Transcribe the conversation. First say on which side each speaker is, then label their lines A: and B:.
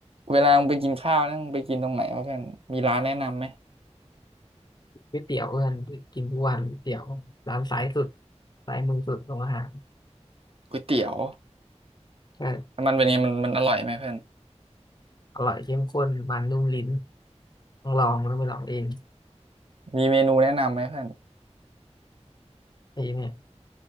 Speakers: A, on the right; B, on the left.
A: เวลามึงไปกินข้าวเนี่ยมึงไปกินตรงไหนวะเพื่อนมีร้านแนะนำไหม
B: ก๋วยเตี๋ยวเอิญกินทุกวันก๋วยเตี๋ยวร้านซ้ายสุดซ้ายมือสุดของอาหาร
A: ก๋วยเตี๋ยว
B: ก็
A: มันเป็นไงมันมันอร่อยไหมเพื่อน
B: อร่อยเข้มข้นมันนุ่มลิ้นต้องลองต้องไปลองเอง
A: มีเมนูแนะนำไหมเพื่อน
B: ไอ้เนี่ย